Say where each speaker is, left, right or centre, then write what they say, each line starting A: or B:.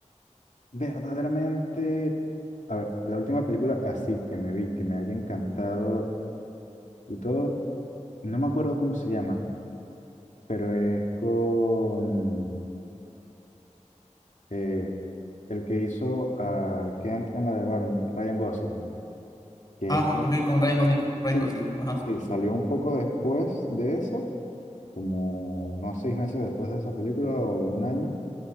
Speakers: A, on the left; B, on the left.
A: Verdaderamente, a ver, la última película así que me vi, que me haya encantado y todo, no me acuerdo cómo se llama, pero es con eh, el que hizo a Kent en la de Barbie, Ryan Gosling, que
B: Ah,
A: es que-
B: ok, con Ryan Gosling, Ryan
A: sí,
B: Gosling,
A: sí,
B: ajá,
A: sí, salió un poco después de eso, como unos seis meses después de esa película o un año,